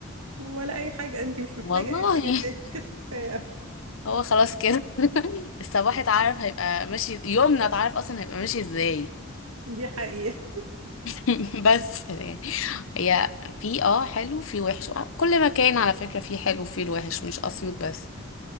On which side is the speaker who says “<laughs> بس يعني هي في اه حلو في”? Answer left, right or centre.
Left